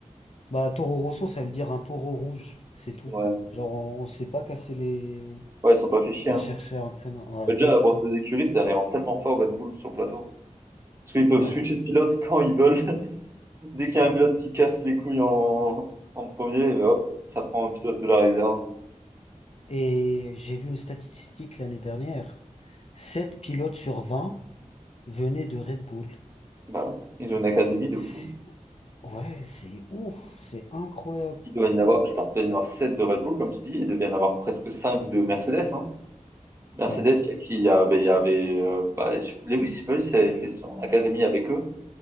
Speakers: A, on the left; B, on the right.
A: Bah, Toro Rosso, ça veut dire un taureau rouge, c'est tout.
B: Ouais,
A: Genre, on, on s'est pas cassé les.
B: ouais, ils sont pas fait chier.
A: À
B: Hein.
A: chercher un prénom. Ouais,
B: Mais
A: pas
B: déjà,
A: du
B: à bord
A: tout.
B: des écuries, ça les rend tellement fort, Red Bull, sur le plateau. Parce qu'ils peuvent
A: Ouais,
B: switcher de pilote <laughs> quand ils veulent. <laughs> Dès qu'il y a
A: ouais.
B: un pilote qui casse les couilles en, en premier, eh ben hop, ça prend un pilote de la réserve.
A: Et j'ai vu une statistique l'année dernière. sept pilotes sur vingt venaient de Red Bull.
B: Bah ouais. Ils ont une académie de
A: C'est...
B: fou.
A: Ouais, c'est ouf. C'est incroyable.
B: Il doit y en avoir, je pense qu'il doit y en avoir 7 de Red Bull, comme tu dis, et il doit y en avoir presque 5 de Mercedes. hein. Mercedes,
A: Ouais.
B: il y a qui? Il y a- bah, il y avait euh, bah, je- Lewis, je sais pas si il avait fait son académie avec eux,